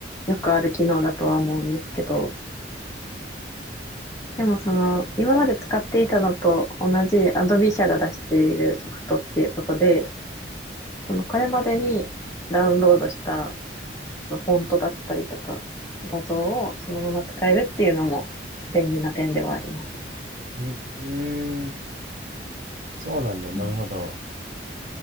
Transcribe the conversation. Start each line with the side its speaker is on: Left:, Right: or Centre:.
Left: よくある機能だとは思うんですけど、でもその、今まで使っていたのと同じ Adobe 社が出しているソフトっていうことで、その、これまでにダウンロードしたフォントだったりとか、画像をそのまま使えるっていうのも便利な点ではあります。
Right: うーん。そうなんだ。なるほど。
Left: うん